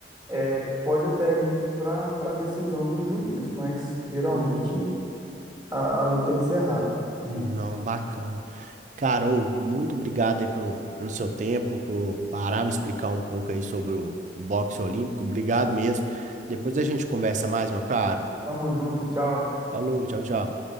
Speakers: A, in the centre; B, on the right.
A: é, pode até ir para para a decisão do juiz, mas geralmente
B: hum.
A: a, a luta é encerrada, né?
B: Não, bacana. Carol, muito obrigado aí pelo, pelo seu tempo, por parar me explicar um pouco aí sobre o, o boxe olímpico. Obrigado mesmo. Depois a gente conversa mais, meu caro.
A: Tamo junto, tchau.
B: Falou, tchau, tchau.